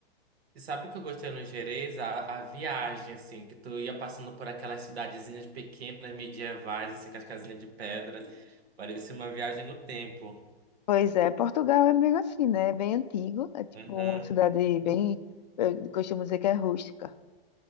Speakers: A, on the right; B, on the left.
A: E sabe o que eu gostei no Gerês? A, a viagem, assim, que tu ia passando por aquelas cidadezinhas pequenas, medievais, assim, com as casinhas de pedra. Parecia uma viagem no tempo.
B: Pois é, Portugal é meio assim, né? É bem antigo, é tipo
A: Uhum,
B: uma cidade bem, eu costumo dizer que é rústica,